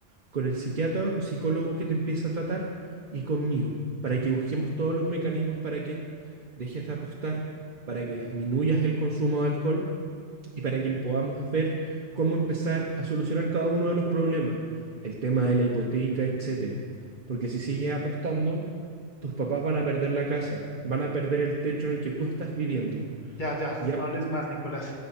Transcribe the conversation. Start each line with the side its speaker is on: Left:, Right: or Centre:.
Right: con el psiquiatra o psicólogo que te empieza a tratar y conmigo, para que busquemos todos los mecanismos para que dejes de apostar, para que disminuyas el consumo de alcohol y para quien podamos ver cómo empezar a solucionar cada uno de los problemas, el tema de la hipoteca, etcétera. Porque si sigues apostando, tus papás van a perder la casa, van a perder el techo en el que tú estás viviendo.
Left: ya, ya,
Right: ¿Ya?
Left: no hables más, Nicolás.